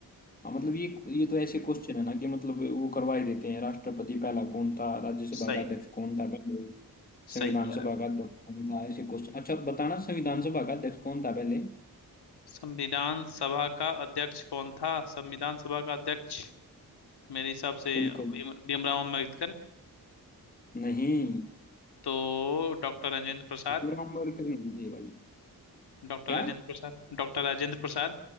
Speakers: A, on the left (about 25°); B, on the left (about 85°).
A: हाँ मतलब ये ये तो ऐसे क्वेश्चन है ना कि मतलब वो करवा ही देते हैं राष्ट्रपति पहला कौन था राज्यसभा
B: सही
A: का अध्यक्ष कौन था पहले संविधान
B: सही कह
A: सभा
B: रहे हो
A: का अध्यक्ष कौन था ऐसे क्वेश्चन अच्छा बताना संविधान सभा का अध्यक्ष कौन था पहले
B: संविधान सभा का अध्यक्ष कौन था संविधान सभा का अध्यक्ष मेरे हिसाब से
A: बिल्कुल
B: भीम भीमराव अम्बेडकर
A: नहीं
B: तो doctor Rajendra Prasad
A: भीमराव अम्बेडकर नहीं थे भाई
B: doctor
A: क्या
B: Rajendra Prasad doctor Rajendra Prasad